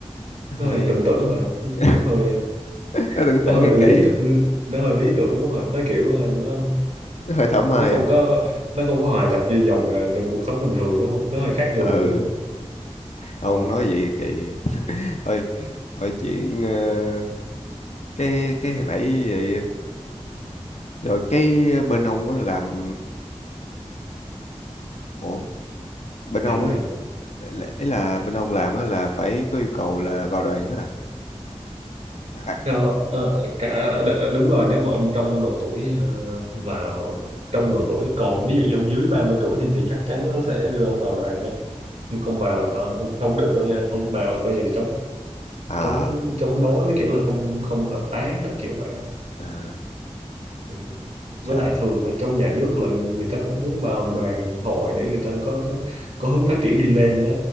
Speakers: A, on the left; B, on the right.
A: nó
B: nó
A: hơi
B: hơi tưởng tượng rồi,
A: <laughs>
B: nó hơi
A: nó tưởng
B: nó
A: tưởng
B: hơi
A: kỳ
B: lý
A: kỳ
B: tưởng nó hơi lý tưởng quá rồi nó kiểu là nó
A: nó hơi thảo mai
B: nó không
A: à
B: có nó không có hòa nhập vô dòng ờ, được cuộc sống bình thường đúng không nó hơi khác người
A: ừ
B: đúng không
A: không
B: Ờ,
A: nói vậy kỳ <laughs> thôi thôi chuyện ờ, cái cái hồi nãy vậy rồi cái bên ông á làm ủa bên
B: làm
A: ông á
B: gì
A: là, ấy là bên ông làm á là phải có yêu cầu là vào đoàn hết à à,
B: Ờ, ờ, cả đ- đúng rồi nếu mà ông trong độ tuổi ờ, vào trong độ tuổi còn ví dụ như ông dưới 30 tuổi thì, thì chắc chắn nó sẽ đưa ông vào đoàn đó không không vào là không không được đâu nha không vào là coi như là chống
A: à
B: chống chống đối nó kiểu là không không hợp tác đó, kiểu vậy á.
A: à
B: ừ. với
A: trời
B: lại thường ở trong nhà nước là người ta cũng muốn vào đoàn hội để người ta có có, có hướng
A: Ừ.
B: phát triển đi lên đó